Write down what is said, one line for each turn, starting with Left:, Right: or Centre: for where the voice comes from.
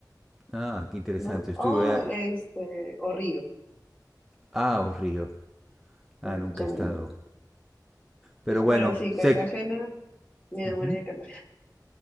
Centre: ah, qué interesante.
Left: ¿no?
Centre: Estuve
Left: O
Centre: a,
Left: este, o Río,
Centre: ah, oh, Río. Ah,
Left: ¿no?
Centre: nunca
Left: Llanito.
Centre: he estado. Pero bueno,
Left: Pero sí,
Centre: sé.
Left: Cartagena, me enamoré
Centre: Ujú.
Left: de Cartagena.